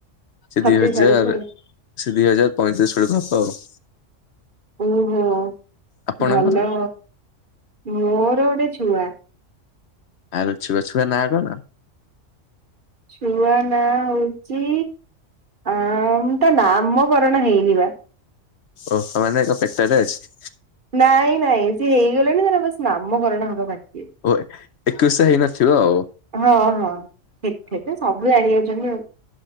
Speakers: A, on the left; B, on the right.
A: ସେ
B: ଛତିଶ
A: ଦି ହଜାର
B: ଆଡକୁ
A: ସେ ଦି ହଜାର ପଇଁତିରିଶ ବେଳକୁ ହବ ଆଉ।
B: ଓହୋ
A: ଆପଣଙ୍କର?
B: ଭଲ। ମୋର ଗୋଟେ ଛୁଆ।
A: ଆଉ ଛୁଆ, ଛୁଆ ନା କଣ?
B: ଛୁଆ ନାଁ ହଉଛି, ଆମ ତ ନାମକରଣ ହେଇନି ବା।
A: ଓହ ମାନେ ଏକ ପେଟ ରେ ଅଛି।
B: ନାଇଁ, ନାଇଁ ସେ ହେଇଗଲେଣିି ସେ ବସ ନାମ ଘରଣା ହବା ବାକି ଅଛି।
A: ହ ଏକୋଇଶ ହେଇନଥିବ ଆଉ।
B: ହଁ, ହଁ। ହେଠ <unintelligible> ସବୁ ଜାଣି ଯାଉଛନ୍ତି ଆଉ।